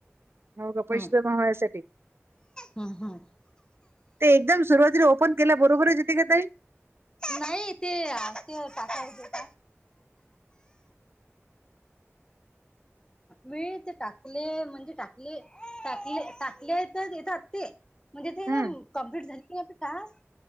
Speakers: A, on the right; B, on the left.
A: हो का पैसे
B: हम्म
A: जमा होण्यासाठी?
B: हम्म हम्म
A: ते एकदम सुरुवातीला ओपन केल्या बरोबरच येते का ताई?
B: नाही ते ते टाकाच येत.
A: <inaudible>
B: मि ते टाकले म्हणजे टाकले टाकले टाकले तर येतात ते. म्हणजे ते
A: हम्म
B: ना कंप्लीट झाली की टास्क